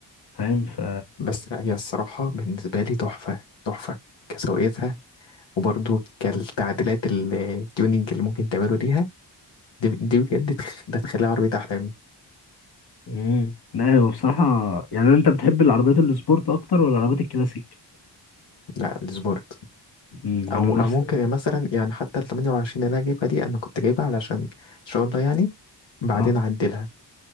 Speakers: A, on the left; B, on the left.
A: فاهم ف
B: بس لا هي الصراحة بالنسبة لي تحفة تحفة كسوقيتها وبرضه كالتعديلات ال- التيوننج اللي ممكن تعمله ليها دي, دي بجد تخ- ده تخليها عربية أحلامي
A: امم لا هو بصراحة يعني انت بتحب العربيات السبورت اكتر ولا العربيات الكلاسيك؟
B: لا السبورت
A: امم
B: او
A: انا نفس
B: او ممكن يعني مثلا يعني حتى ال 28 اللي انا جايبها دي انا كنت جايبها علشان ان شاء الله يعني بعدين
A: اه
B: اعدلها